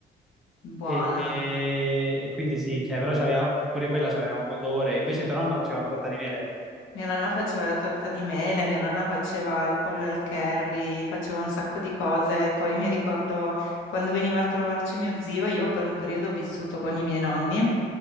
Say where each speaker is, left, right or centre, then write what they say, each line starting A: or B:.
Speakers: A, on the left; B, in the centre.
A: Buona.
B: E, e- e quindi sì, cioè, però c'aveva, pure quella c'aveva un odore, invece tua nonna faceva la torta di mele,
A: Mia nonna faceva la torta di mele, mia nonna faceva il pollo al curry, faceva un sacco di cose. Poi mi ricordo quando veniva a trovarci mio zio, io per un periodo ho vissuto con i miei nonni,